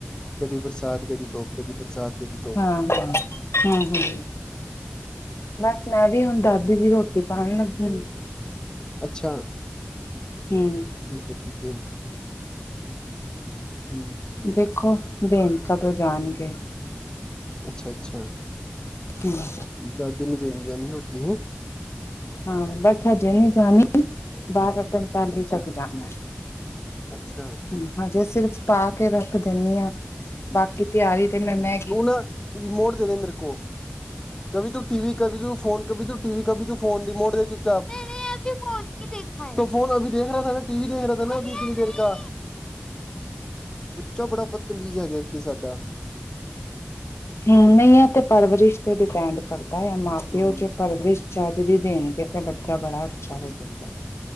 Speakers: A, on the left; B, on the left.
A: ਕਦੀ ਬਰਸਾਤ, ਕਦੀ ਧੋਪ, ਕਦੀ ਬਰਸਾਤ, ਕਦੀ ਧੋ
B: ਹਾਂ ਜੀ ਹਾਂ। ਹੂੰ-ਹੂੰ ਬਸ ਮੈਂ ਵੀ ਹੁਣ ਦਾਦੀ ਦੀ ਰੋਟੀ ਪਾਣ ਲੱਗੀ ਉਂ।
A: ਅੱਛਾ।
B: ਹੂੰ।
A: ਠੀਕ ਏ-ਠੀਕ ਏ, ਹੂੰ।
B: ਦੇਖੋ ਦੇਣ ਕਦੋਂ ਜਾਣਗੇ।
A: ਅੱਛਾ-ਅੱਛਾ।
B: ਹੂੰ।
A: ਦਾਦੀ ਨੂੰ ਦੇਣ ਜਾਂਨੀ ਏ ਰੋਟੀ, ਹੈਂ।
B: ਹਾਂ, ਬਟ ਹਜੇ ਨੀ ਜਾਣੀ ਬਾਰ ਰ ਪਨਤਾਲੀ
A: ਅੱਛਾ
B: ਤੱਕ ਜਾਣਾ ਐ।
A: ਅੱਛਾ
B: ਹੂੰ ਹਜੇ ਸਿਰਫ ਪਾ ਕੇ ਰੱਖ ਦੇਨੀਂ ਆ ਬਾਕੀ ਤਿਆਰੀ ਤੇ ਮੈਂ, ਮੈਂ
A: ਹੁਣ ਰਿਮੋਟ ਦੇ ਦੇ ਮੇਰੇ ਕੋ। ਕਭੀ ਤੂੰ ਟੀਵੀ, ਕਭੀ ਤੂੰ ਫੋਨ, ਕਭੀ ਤੂੰ ਟੀਵੀ ਕਭੀ ਤੂੰ ਫੋਨ ਰਿਮੋਟ ਦੇ ਚੁੱਪ ਚਾਪ। ਅਭੀ ਫੋਨ ਪੇ ਦੇਖਾ ਐ। ਤੋ ਫ਼ੋਨ ਅਭੀ ਦੇਖ ਰਾ ਥਾ ਨਾ, ਟੀ ਵੀ ਦੇਖ ਰਾ ਥਾ ਨਾ ਕਿਤਨੀ ਦੇਰ ਕਾ। ਬੱਚਾ ਬੜਾ ਬਦਤਮੀਜ਼ ਹੈਗਾ ਏੱਕ ਤੇ ਸਾਡਾ।
B: ਹੂੰ ਨਈ ਐ ਤੇ ਪਰਵਰਿਸ਼ ਤੇ ਡਿਪੈਂਡ ਕਰਦੈ। ਐ ਮਾਂ
A: ਹੂੰ
B: ਪਿਓ ਜੇ ਪਰਵਰਿਸ਼ ਚਜ ਦੀ ਦੇਣਗੇ ਤਾਂ ਬੱਚਾ ਬੜਾ ਅੱਛਾ ਹੋਜੇਗਾ।